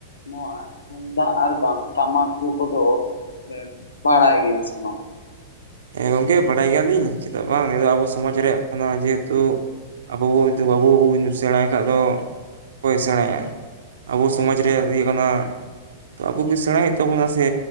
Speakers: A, on the left; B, on the right.
A: ᱱᱚᱣᱟ ᱛᱩᱢᱫᱟᱜ ᱟᱨ ᱵᱟᱝ ᱴᱟᱢᱟᱠ ᱨᱩ ᱠᱚᱫᱚᱱ ᱵᱮᱱ ᱵᱟᱲᱟᱭ ᱜᱮᱭᱟ ᱥᱮ ᱵᱟᱝ?
B: ᱦᱮᱸ ᱜᱚᱝᱠᱮ ᱵᱟᱰᱟᱭ ᱜᱮᱭᱟᱞᱤᱧ ᱪᱮᱫᱟᱜ ᱵᱟᱝ ᱱᱤᱭᱟᱹ ᱫᱚ ᱟᱵᱚ ᱥᱚᱢᱟᱡᱽ ᱨᱮᱭᱟᱜ ᱠᱟᱱᱟ ᱡᱮᱦᱮᱛᱩ ᱟᱵᱚ ᱦᱚᱭᱛᱳ ᱵᱟᱹᱵᱩ ᱠᱚᱵᱤᱱ ᱥᱮᱬᱟᱭ ᱠᱷᱟᱡ ᱫᱚ ᱚᱠᱚᱭ ᱥᱮᱬᱟᱭᱟ ᱾ ᱟᱵᱚ ᱥᱚᱢᱟᱡᱽ ᱨᱮᱭᱟᱜ ᱤᱭᱟᱹ ᱠᱟᱱᱟ ᱛᱚ ᱟᱵᱚ ᱜᱮ ᱥᱮᱬᱟᱭ ᱦᱩᱭᱩᱜ ᱛᱟᱵᱚᱱᱟ ᱥᱮ,